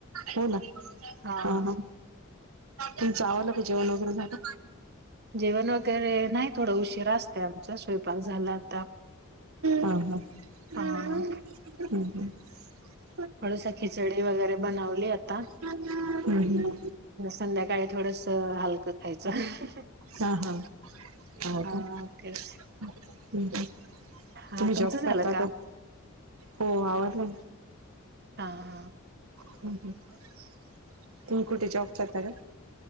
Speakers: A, on the right; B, on the right.
A: हो ना.
B: हां.
A: हा हा तुमचं आवंरलं का जेवण वगैरे झालं?
B: जेवण वगैरे नाही थोडं उशीर असतय आमचा स्वयंपाक झाला आता.
A: हा हा हम
B: हा
A: ह.
B: थोडंसं खिचडी वगैरे बनवली आता
A: हम्म
B: संध्याका काय थोडस हलकं खायचं.
A: हा हा हो
B: हा
A: का हम्
B: तेच
A: ह.
B: हा
A: तुम्ही
B: तुमचं
A: जॉब करता
B: झालं
A: का हो आवडला.
B: हा हा.
A: हम हम तुम्ही कुठे जॉब करता का?